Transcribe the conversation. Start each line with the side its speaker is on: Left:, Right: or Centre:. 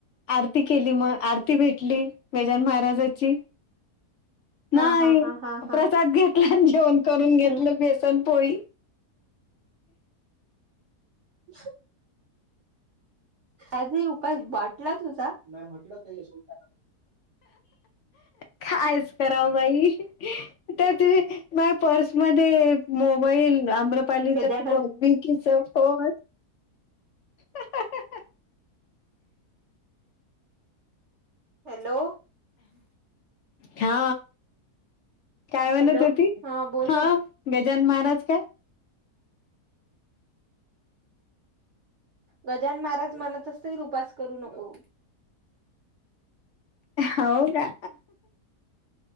Left: आरती केली मग आरती भेटली गजानन महाराजाची. नाही
Right: हा हा हा हा हा
Left: प्रसाद घेतला आणि जेवण करून
Right: हम्म
Left: घेतलं बेसन पोळी-
Right: ह आजही उपास बाटला तुझा म्हटल होत-
Left: कायच करावं बाई तर त- बाय पर्समध्ये मोबाईल आम्रपालीचा
Right: गजानन
Left: फोन विकीचा फोन- आह आह ह
Right: हॅलो.
Left: हा काय म्हणत
Right: हॅलो
Left: होती?
Right: बोल
Left: हा.
Right: ना
Left: गजानन महाराज काय?
Right: गजानन महाराज म्हणत असतील उपास करू नको.
Left: होव ना.